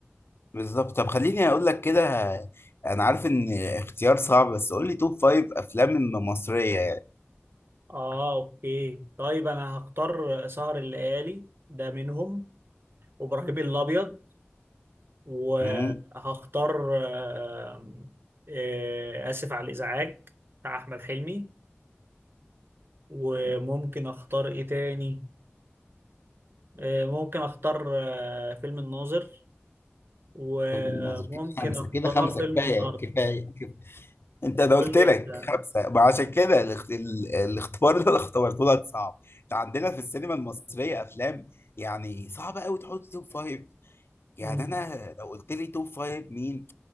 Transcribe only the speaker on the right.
اه اوكي طيب انا هختار سهر الليالي ده منهم وابراهيم الابيض وهختار
آه، آه، اسف على الازعاج بتاع احمد حلمي وممكن اختار ايه تاني آه، ممكن اختار آه، فيلم الناظر وممكن
اختار
فيلم
الارض
قول
لي
انت
مم.